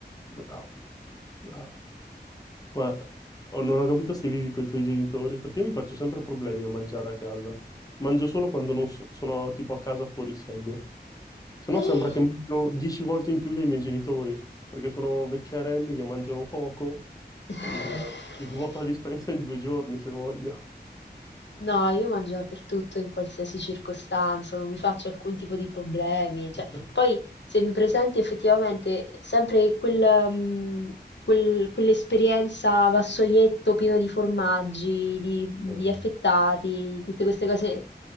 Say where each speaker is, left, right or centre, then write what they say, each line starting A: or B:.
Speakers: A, on the left; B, on the left.
A: Bravo, bravo. Ma oh, non ho capito se vivi con i tuoi genitori, perché io mi faccio sempre problemi a mangiare a casa. Mangio solo quando non so- sono tipo a casa fuori sede. Se no sembra
B: Eh.
A: che mangio dieci volte in più dei miei genitori, perché sono vecchiarelli che mangiano poco
B: <laughs>
A: e dico, mi svuoto la dispensa in due giorni se voglio.
B: No, io mangio dappertutto in qualsiasi circostanza, non mi faccio alcun tipo di problemi.
A: <laughs>
B: cioè, poi se mi presenti effettivamente sempre quel, mm, quel- quell'esperienza vassoietto pieno di formaggi, di,
A: Eh,
B: di affettati, tutte queste cose,